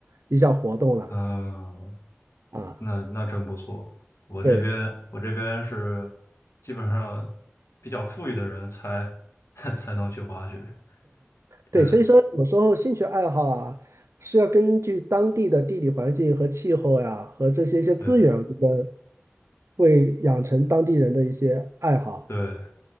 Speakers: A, on the right; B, on the left.
A: 一项活动了
B: 嗯，
A: 啊。
B: 那那真不错。我这边我这边是
A: 对
B: 基本上比较富裕的人才 <laughs> 才能去滑雪。
A: 对，
B: 对
A: 所以说有时候兴趣爱好啊，是要根据当地的地理环境和气候呀，和这些一些资源的，
B: 对
A: 会养成当地人的一些爱好。
B: 对